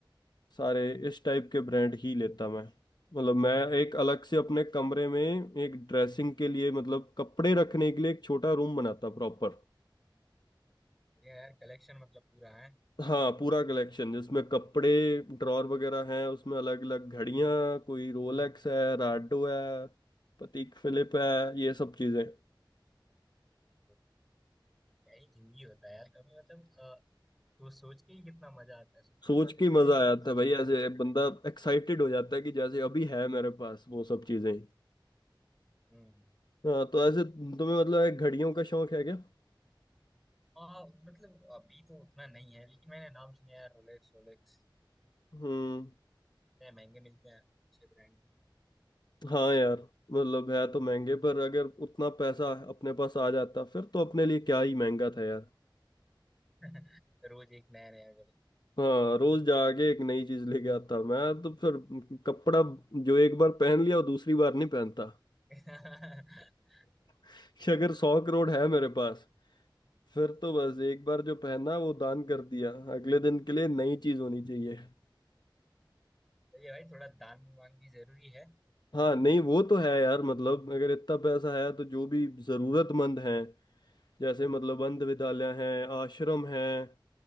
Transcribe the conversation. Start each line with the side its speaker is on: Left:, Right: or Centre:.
Left: सारे
Centre: तो
Left: इस टाइप के ब्रांड ही लेता मैं मतलब मैं एक अलग से अपने कमरे में एक ड्रेसिंग के लिए मतलब कपड़े रखने के लिए एक छोटा रूम बनाता प्रॉपर
Centre: ये यार कलेक्शन मतलब पूरा है
Left: हाँ पूरा कलेक्शन जिसमें कपड़े ड्रॉर वगैरह हैं उसमें अलग अलग घड़ियां कोई रोलेक्स है राडो है पतीक फिलिप है ये सब चीजें
Centre: तो क्या ही जिंदगी होता है यार कभी मतलब अ, सोच सोच के ही कितना मजा आता है सोचो
Left: सोच
Centre: अगर
Left: के
Centre: ऐसे
Left: ही मजा आ जाता
Centre: जिए
Left: है भाई ऐसे बंदा एक्साइटेड हो जाता है कि जैसे अभी है मेरे पास वो सब चीजें
Centre: हम्म
Left: हाँ तो ऐसे तुम्हें मतलब एक घड़ियों का शौक है क्या
Centre: हाँ मतलब अभी तो उतना नहीं है लेकिन मैंने नाम सुना है यार रोलेक्स रोलेक्स
Left: हम्म
Centre: इतने महंगे मिलते हैं अच्छे ब्रांड
Left: हाँ यार मतलब है तो महंगे पर अगर उतना पैसा अपने पास आ जाता फिर तो अपने लिए क्या ही महंगा था यार
Centre: <laughs> रोज एक नया नया करके
Left: हाँ रोज जाके एक नई चीज लेके आता मैं तो फिर कपड़ा जो एक बार पहन लिया वो दूसरी बार नहीं पहनता
Centre: <laughs>
Left: <laughs> कि अगर सौ करोड़ है मेरे पास फिर तो बस एक बार जो पहना वो दान कर दिया अगले दिन के लिए नई चीज होनी चाहिए
Centre: तो ये भाई थोड़ा दान मांग भी जरूरी है
Left: हाँ नहीं वो तो है यार मतलब अगर इतना पैसा है तो जो भी जरूरतमंद हैं जैसे मतलब अंध विद्यालय हैं आश्रम हैं